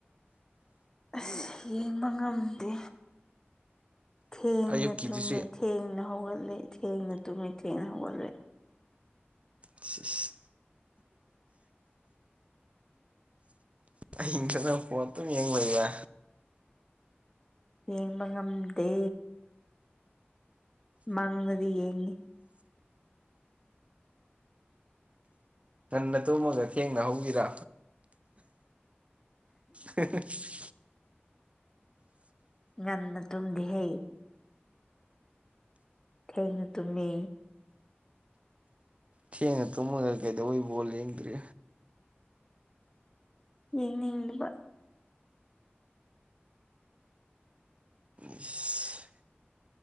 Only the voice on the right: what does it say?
ꯑꯌꯨꯛꯀꯤꯗꯨꯁꯨ
ꯏꯁ ꯑꯍꯤꯡꯗꯅ ꯐꯣꯟꯇꯨꯝ ꯌꯦꯡ ꯂꯩꯕ
ꯉꯟꯅ ꯇꯨꯝꯃꯒ ꯊꯦꯡꯅ ꯍꯧꯕꯤꯔ <unintelligible>
ꯊꯦꯡꯅ ꯇꯨꯝꯃꯒ ꯀꯩꯗꯧꯕꯩ ꯕꯣꯜ ꯌꯦꯡꯗ꯭ꯔꯤ
ꯏꯁ